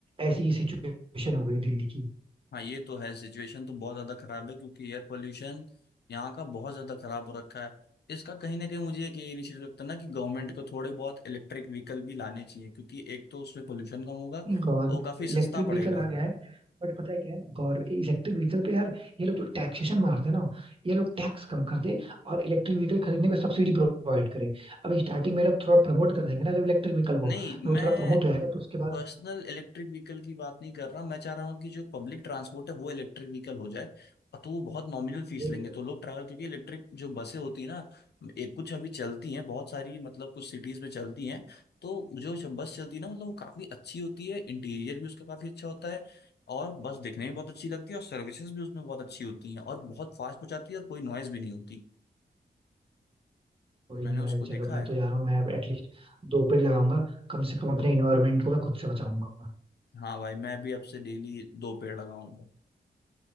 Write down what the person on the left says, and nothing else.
हाँ ये तो है सिचुएशन तो बहुत ज्यादा खराब है क्योंकि एयर पोल्यूशन यहाँ का बहुत ज्यादा खराब हो रखा है इसका कहीं ना कहीं मुझे एक ये इनिशिएटिव लगता है ना कि गवर्नमेंट को थोड़े बहुत इलेक्ट्रिक व्हीकल भी लाने चाहिए क्योंकि एक तो उसमें पोल्यूशन कम होगा और
वो काफी सस्ता
पड़ेगा
नहीं
मैं
पर्सनल इलेक्ट्रिक व्हीकल की बात नहीं कर रहा मैं चाह रहा हूँ कि जो पब्लिक ट्रांसपोर्ट है वो इलेक्ट्रिक व्हीकल हो जाए और तो वो बहुत नॉमिनल फीस
लेंगे
तो लोग ट्रैवल क्योंकि इलेक्ट्रिक जो बसें होती है ना एक कुछ अभी चलती हैं बहुत सारी मतलब कुछ सिटीज में चलती हैं तो जो श- बस चलती है ना मतलब वो काफी अच्छी होती है इंटीरियर भी उसका काफी अच्छा होता है और बस देखने में बहुत अच्छी लगती है और सर्विसेज भी उसमें बहुत अच्छी होती हैं और बहुत फास्ट पहुंचाती है और कोई नॉइज भी नहीं होती
मैंने
उसको देखा
है
हाँ भाई मैं भी अब से डेली दो पेड़ लगाऊंगा